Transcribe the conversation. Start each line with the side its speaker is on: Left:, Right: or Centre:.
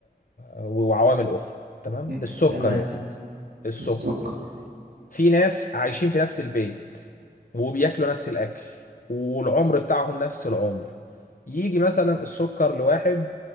Left: وعوامل أخرى تمام؟
Right: مم.
Left: السكر
Right: تمام
Left: يا سيدي السكر
Right: السكر
Left: في ناس عايشين في نفس البيت وبياكلوا نفس الاكل والعمر بتاعهم نفس العمر يجي مثلا السكر لواحد